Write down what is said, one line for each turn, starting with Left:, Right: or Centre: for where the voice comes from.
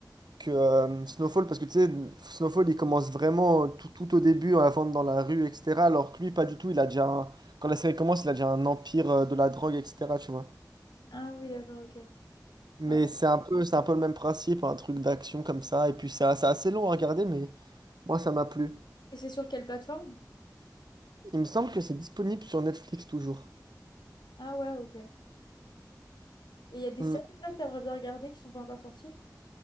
Right: que euh, Snowfall, parce que tu sais, Snowfall, il commence vraiment tout, tout au début à vendre dans la rue, etc. Alors que lui, pas du tout. Il a déjà, un- quand la série commence, il a déjà un empire euh, de la drogue, etc. Tu vois.
Left: Ah oui, d'accord, ok.
Right: Mais
Left: Ouais.
Right: c'est un peu, c'est un peu le même principe, un truc d'action comme ça. Et puis ça, c'est assez long à regarder, mais moi ça m'a plu.
Left: Et c'est sur quelle plateforme?
Right: Il me semble que c'est disponible sur Netflix toujours.
Left: Ah ouais, ok. Et il y a des
Right: Hmm.
Left: séries que là, t'aimerais bien regarder qui sont pas encore sorties?